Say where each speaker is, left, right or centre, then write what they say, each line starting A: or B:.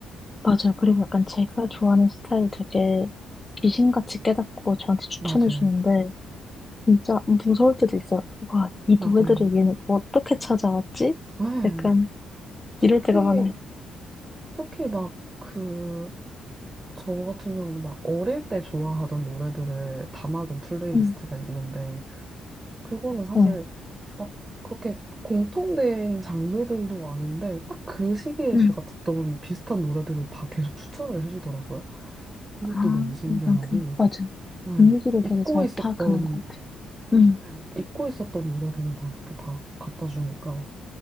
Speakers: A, on the left; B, on the right.
A: 맞아요. 그리고 약간 제가 좋아하는 스타일 되게 귀신같이 깨닫고 저한테 추천해
B: 맞아요.
A: 주는데 진짜 무서울 때도 있어요. 와, 이
B: 맞아요.
A: 노래들을 얘는 어떻게 찾아왔지?
B: 네.
A: 약간
B: 특히,
A: 이럴 때가 많아요.
B: 특히 막 그, 저 같은 경우는 막 어릴 때 좋아하던 노래들을 담아둔 플레이리스트가
A: 음,
B: 있는데, 그거는 사실
A: 네.
B: 막 그렇게 공통된 장르들도 아닌데, 딱 그 시기에
A: 음.
B: 제가 듣던 비슷한 노래들을 다 계속 추천을 해주더라고요. 그것도
A: 아,
B: 너무 신기하고,
A: 약간 그 맞아요.
B: 네.
A: 분위기를
B: 잊고
A: 되게 잘
B: 있었던,
A: 파악하는 것 같아요. 음,
B: 네. 잊고 있었던 노래들을 막 이렇게 다 갖다 주니까